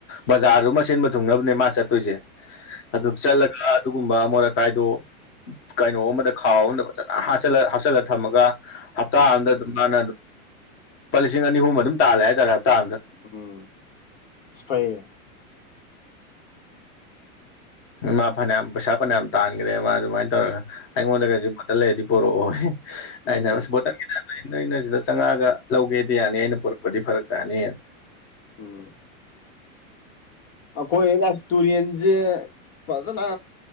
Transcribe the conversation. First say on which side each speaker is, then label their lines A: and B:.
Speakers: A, on the left; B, on the left.
A: ꯕꯖꯥꯔꯗꯨꯃ ꯁꯤꯟꯕ ꯊꯨꯡꯅꯕꯅꯦ ꯃꯥ ꯆꯠꯇꯣꯏꯖꯦ ꯑꯗꯨ ꯆꯠꯂꯒ ꯑꯗꯨꯒꯨꯝꯕ ꯑꯃꯣꯠ ꯑꯀꯥꯏꯗꯣ ꯀꯩꯅꯣ ꯑꯃꯗ ꯈꯥꯎ ꯑꯃꯗ ꯐꯖꯟ ꯑꯥ ꯍꯥꯆꯜꯂ ꯍꯥꯞꯆꯤꯜꯂ ꯊꯝꯃꯒ ꯍꯞꯇꯥ ꯑꯝꯗ
B: ꯎꯝ ꯎꯝ ꯎꯝ
A: ꯑꯗꯨꯝ ꯃꯥꯅ ꯄꯥ ꯂꯤꯁꯤꯡ ꯑꯅꯤꯍꯨꯝ ꯑꯗꯨꯝ ꯇꯥꯂꯦ ꯍꯥꯏꯇꯥꯔꯦ ꯍꯞꯇꯥ ꯑꯝꯗ
B: ꯎꯝ ꯁ꯭ꯐꯩꯌꯦ
A: ꯃꯥ ꯐꯅꯌꯥꯝ ꯄꯩꯁꯥ ꯐꯅꯌꯥꯝ ꯇꯥꯟꯒꯔ꯭ꯦ ꯃꯥ ꯑꯗꯨꯃꯥꯏꯅ ꯇꯧꯔꯒ ꯑꯩꯉꯣꯟꯗꯒꯖꯦ ꯕꯣꯇꯜ ꯂꯩꯔꯗꯤ ꯄꯨꯣꯔꯛꯑꯣꯌꯦ
B: ꯎꯝ
A: ꯑꯩꯅ ꯏꯁ ꯕꯣꯇꯟꯒꯤ ꯌꯥꯝ ꯂꯩ ꯅꯣꯏꯅ ꯁꯤꯗ ꯆꯪꯉꯛꯑꯒ ꯂꯧꯒꯦꯗꯤ ꯌꯥꯅꯤ ꯑꯩꯅ ꯄꯣꯔꯛꯄꯗꯤ ꯐꯔꯛ ꯇꯥꯅꯤꯅ
B: ꯎꯝ ꯑꯩꯈꯣꯏ ꯑꯁ ꯇꯨꯔꯦꯟꯖꯦ ꯐꯖꯅ